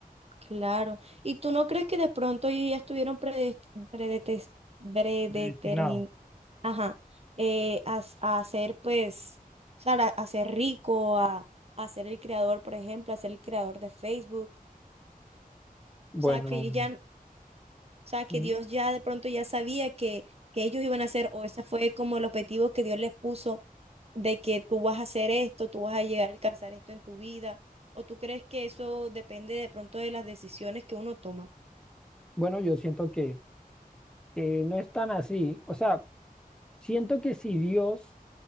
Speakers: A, on the right; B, in the centre.
A: Claro. ¿Y tú no crees que de pronto ellos ya estuvieron predes- predetes- predetermin-
B: predestinado.
A: ajá, eh, a, s- a ser pues, o sea, a, a ser rico, a, a ser el creador, por ejemplo, a ser el creador de Facebook?
B: Bueno,
A: O sea, que ellos ya, n- o sea, que
B: sí,
A: Dios ya de pronto ya sabía que, que ellos iban a hacer o ese fue como el objetivo que Dios les puso, de que tú vas a hacer esto, tú vas a llegar a alcanzar esto en tu vida. ¿O tú crees que eso depende de pronto de las decisiones que uno toma?
B: bueno, yo siento que... eh, no es tan así. O sea, siento que si Dios